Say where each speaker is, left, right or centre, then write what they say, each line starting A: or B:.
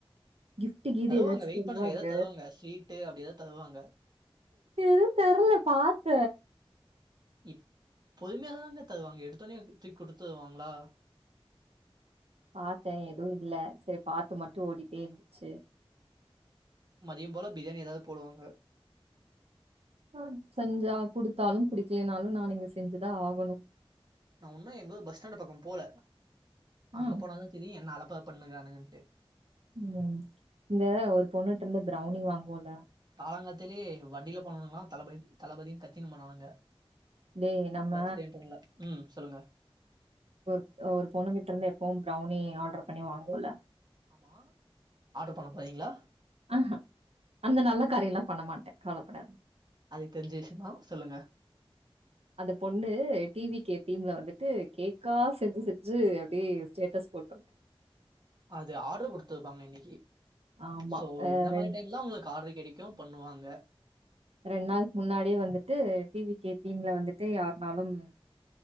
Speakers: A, on the right; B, on the right.
A: கிஃப்ட் கீது
B: தருவாங்க
A: எதாச்சு
B: வெயிட்
A: தருவாங்க
B: பண்ணுங்க ஏதா ஸ்வீட்டு அப்டி ஏதா தருவாங்க
A: எது தரல பாத்த
B: இப் பொருமையா தானங்க தருவாங்க எடுத்தொன்னே தூக்கி குடுத்துருவாங்களா
A: பாத்தே எதுவு இல்ல செரி பாட்டு மட்டு ஓடிட்டே இருந்துச்சு
B: மதியோ போல பிரியாணி எதாவது போடுவாங்க
A: ஆ செஞ்சா குடுத்தாலு குடிக்கலனாலு நானு இங்க செஞ்சுதா ஆகணும்
B: நா உன்மைய எம்பது பஸ் ஸ்டாண்ட் பக்கோ போல அங்க
A: ஆ
B: போனா தா தெரியு என்ன அலப்பற பண்ணுக்கறானுங்கன்ட்டு
A: ம் இங்க ஒரு பொண்ணுட்டுருந்து ப்ரௌனி வாங்குவோல்ல
B: காலங்காத்தாலயே வண்டீல போனானுங்களா தளபதி தளபதியின்னு கத்தின்னு போண்ணானுங்க
A: டேய் நம்ம
B: படுத்துட்டே இன்னு தூங்கல ம் சொல்லுங்க
A: ஒரு ஒரு பொண்ணு கிட்ட இருந்து எப்பவு ப்ரௌனி ஆர்டர் பண்ணி வாங்குவோல
B: ஆமா ஆர்டரு பண்ண போரீங்களா
A: ஆஹா அந்த நல்ல காரியோல்லா பண்ணமாட்ட கவலப்படாத
B: அது தெரிஞ்ச விஷ்யந்தா சொல்லுங்க
A: அந்த பொண்ணு டி வி கே டீம்ல வந்துட்டு கேக்கா செஞ்சு செஞ்சு அப்டியே ஸ்டேட்டஸ் போட்ருக்கு
B: அது ஆர்ட்ரு குடுத்துருப்பாங்க இன்னைக்கு
A: ஆமா
B: சோ
A: அ
B: இந்த
A: ரெண்
B: மாரி டைம்லா அவுங்ளுக்கு ஆர்ட்ரே கெடைக்கு பண்ணுவாங்க
A: ரெண்நாள்க் முன்னாடியே வந்துட்டு டி வி கே டீம்ல வந்து ட்டு யார்னாலும்